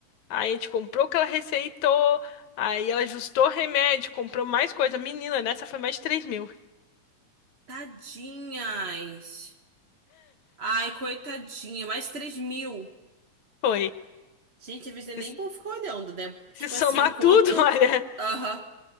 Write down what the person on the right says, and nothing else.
Tadinhas. Ai, coitadinha, mais três mil.
Gente, às vezes é nem
bom ficar olhando, né?
Tipo
assim, enquanto.
Aham.